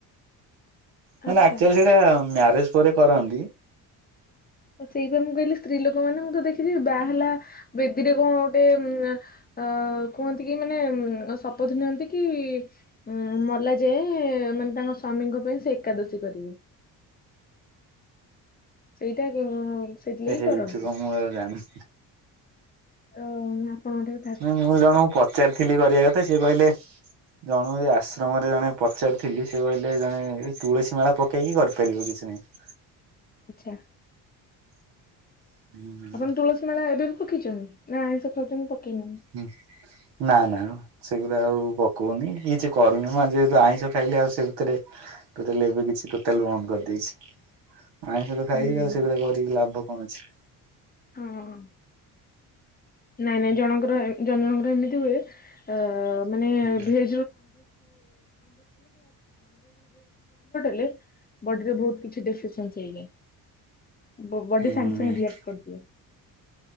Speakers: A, on the right (about 80°); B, on the left (about 25°).
A: ନା
B: ଆଚ୍ଛା।
A: -ନା ଆକ୍ଚୁଆଲି ସେଇଟା ମ୍ୟାରେଜ ପରେ କରନ୍ତି।
B: ସେଇପାଇଁ ମୁଁ କହିଲି ସ୍ତ୍ରୀ ଲୋକ ମାନଙ୍କୁ ତ ଦେଖିଛି ବାହଲା ବେଦୀରେ କଣ ଗୋଟେ ଉ ଅ କୁହନ୍ତି କି ମାନେ ଶପଥ ନିଅନ୍ତି କି ଉଁ ମଲା ଯାଏ ମାନେ ତାଙ୍କ ସ୍ଵାମୀଙ୍କ ପାଇଁ ସେ ଏକାଦଶୀ କରିବି। ସେଇଟା ଉ ସେଇଥିଲାଗୀ ହିଁ
A: ହେଇଥିବ
B: କରନ୍ତୁ
A: ମୁଁ ଆଉ ଜାଣିନି
B: ଓ ଆପଣଙ୍କ ଟିକେ
A: ନା ମୁଁ ଜଣଙ୍କୁ ପଚାରିଥିଲି କରିବା କଥା ସେଏ କହିଲେ ଜଣୁ ଏଇ ଆଶ୍ରମରେ ଜଣେ ପଚାରୁଥିଲି ସେ କହିଲେ ଜଣେ ତୁଳସୀ ମାଳ ପକେଇକି କରିଥିଲେ କାଲି ଆଉ କିଛି ନାହିଁ
B: ଆଚ୍ଛା
A: ନାହିଁ।
B: ଆପଣ ତୁଳସୀ ମେଳା ଏବେ ବି ପକେଇଛନ୍ତି ନା ଆଇଁଷ ଖାଉଛନ୍ତି ପକେଇନାହିଁ
A: ହଁ ନା ନାଇମ ସେଗୁଡ଼ା ଆଉ ପକଉନି କିଛି କରୁନି ମୁଁ ଯେହେତୁ ଆଇଁଷ ଖାଇଲି ଆଉ ସେ ଭିତରେ ଟୋଟାଲ ଏବେ କିଛି ଟୋଟାଲ ବନ୍ଦ କରିଦେଇଛି ଆଇଁଷ ତ ଖାଇବି
B: ହୁଁ
A: ଆଉ ସେଗୁଡା କରିକି ଲାଭ କଣ ଅଛି
B: ହଁ ନାଇଁ ନାଇଁ ଜଣଙ୍କର ଜଣ ଜଣଙ୍କର ଏମିତି ହୁଏ ଅ ମାନେ
A: ହୁଁ
B: ଭ ହେ <unintelligible> ବଡିରେ ବହୁତ କିଛି ଡ <unintelligible> ଚେଞ୍ଜ ହେଇଯାଏ ବ ବଡି
A: ହୁଁ
B: ସାଙ୍ଗେ ସାଙ୍ଗେ ରିଆକ୍ଟ କରିଦିଏ